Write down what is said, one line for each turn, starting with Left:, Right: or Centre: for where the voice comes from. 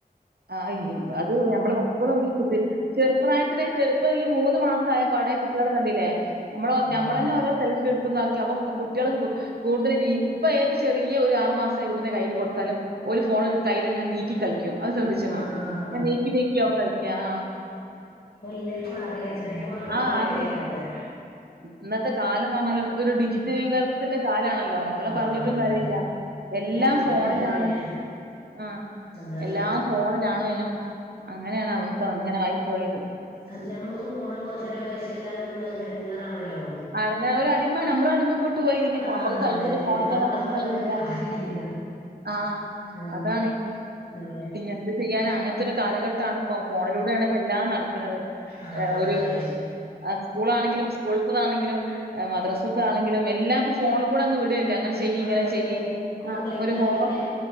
Right: ആഹ് ഈ അത് ഞമ്മള് <unintelligible> ചെറുപ്രായത്തിലെ ചെറുപ്പം ഈ മൂന്ന് മാസമായ പാടെ കുട്ടികളെ കണ്ടില്ലേ? നമ്മള
Left: ആഹ്
Right: നമ്മളന്നെ ഓരോ സെൽഫ് എടുത്ത്ന്നാക്കി അപ്പോ കുട്ട്യാളും ക് കൂടുതലും ഈ ഇപ്പോ ഏത് ചെറിയ ഒരു ആറു മാസായ കുട്ടിന്റെ കയ്യില് കൊടുത്താലും ഓല് ഫോണ് കയ്യിലിങ്ങനെ നീക്കി കളിക്കും. അത് ശ്രദ്ധിച്ച്ണോ?
Left: ആഹ്
Right: ങ്ങനെ നീക്കി നീക്കിയാവും കളിക്കാ. ആഹ്
Left: ഓഹ് ഇല്ലേൽ <unintelligible> ചെറിയ മക്കൾക്ക്
Right: ആ
Left: വേണ്ടിയാണ്.
Right: അറിയാം ഇന്നത്തെ കാലം നമ്മള്, ഒരു ഡിജിറ്റൽ യുഗത്തിന്റെ കാലാണല്ലോ മക്കളെ
Left: ആഹ്
Right: പറഞ്ഞിട്ടും കാര്യമില്ല
Left: അതെ
Right: എല്ലാം
Left: ഇല്ല പറഞ്ഞിട്ട്
Right: ഫോണിലാണ്
Left: കാര്യല്ല
Right: ആഹ്
Left: എന്താണ്
Right: എല്ലാം ഫോണിലാണേനും അങ്ങനെയാണ് അവസ്ഥ അങ്ങനെ ആയി പോയത്
Left: ആഹ് ഞമ്മക്ക് ഫോണിൽ കൊറച്ച് നേരം പൈസ ഇല്ലാതെ നിന്നാ ഇടങ്ങേറാണല്ലോ
Right: <unintelligible> അടിമ നമ്മള് അടിമപ്പെ ട്ട് പോയി പിന്നെ
Left: ആഹ്
Right: നമ്മുക്ക് കൈയൂല
Left: അതെ പിന്നെ
Right: ഫോണില്ലാതെ
Left: മക്കളെ
Right: നമ്മുക്ക്
Left: പറഞ്ഞിട്ട്
Right: കയ്യൂല്ല
Left: കാര്യല്ല
Right: ആഹ്
Left: ആഹ്
Right: അതാണ്
Left: അതെ
Right: പിന്നെന്ത് ചെയ്യാനും അങ്ങനത്തെ ഒരു കാലഘട്ടമാണ് ഇപ്പോ ഫോണിലൂടെയാണ് ഇപ്പോ എല്ലാം നടക്കണത്
Left: ആഹ്
Right: ഒരു
Left: അതെ
Right: ആഹ് സ്കൂളാണെങ്കിലും സ്കൂളത്തതാണെങ്കിലും മദ്രാസത്താണെങ്കിലും എല്ലാം ഫോണിൽ കൂടെ അങ്ങ് വിടുവല്ലേ അങ്ങനെ ചെയ്യ്
Left: ആഹ്
Right: ഇങ്ങനെ
Left: അതെ
Right: ചെയ്യ്
Left: സ്കൂൾ
Right: ആഹ്
Left: കഴിഞ്ഞാ
Right: ഒരു ഹോംവർ
Left: പിന്നെ